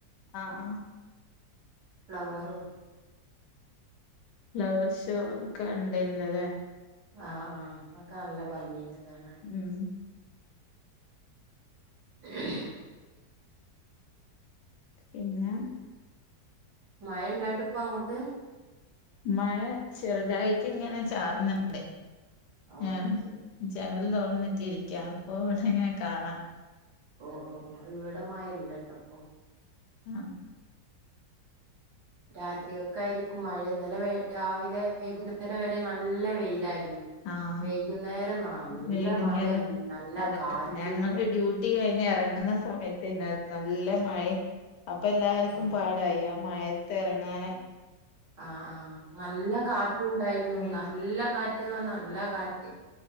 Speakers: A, on the left; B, on the right.
A: ആ, ആ.
B: ഫ്ലവറും.
A: ഫ്ലവർഷോ ഒക്കെ ഉണ്ടെൻലലോ?
B: ആ, ആ, അക്കെ നല്ല ഭംഗിണ്ട് കാണാൻ.
A: ഉം.
B: <unintelligible> <inaudible>
A: പിന്നെ.
B: മഴ ണ്ടോന്നട്ട്പ്പങ്ങോട്ട്.
A: മഴ ചെറുതായിട്ട്ങ്ങനെ ചാറുന്നുണ്ട്,
B: ഓ
A: ഏഹ്.
B: ശരി
A: ജനൽ തുറന്നിട്ടിരിക്കാ അപ്പോ ഇങ്ങനെ കാണ
B: ഓ, ഓ, ഓ ഇവിടെ മഴ ല്ലട്ടോപ്പോ.
A: ആ.
B: രാത്രിക്കക്കായിരിക്കും മഴ ഇന്നലെ രാവിലെ വൈകുന്നേരം വരെ നല്ല വെയിലായിരുന്നു.
A: ആഹ്
B: വൈകുന്നേരം നല്ല
A: വൈകുന്നേരം
B: മഴ നല്ല
A: അതെ
B: കാറ്റ്.
A: ഞങ്ങള് ഡ്യൂട്ടി കഴിഞ്ഞെറങ്ങുന്ന സമയത്ത് തന്നെ നല്ലമഴ അപ്പോ എല്ലാവർക്കും
B: ആഹ്
A: പാട്ട് തായി ആ, മഴത്തെറങ്ങാന്
B: ആ, ആ നല്ല കാറ്റുണ്ടായിരുന്നു.
A: ഉം
B: നല്ല കാറ്റ് നല്ല കാറ്റ്പറഞ്ഞാൽ,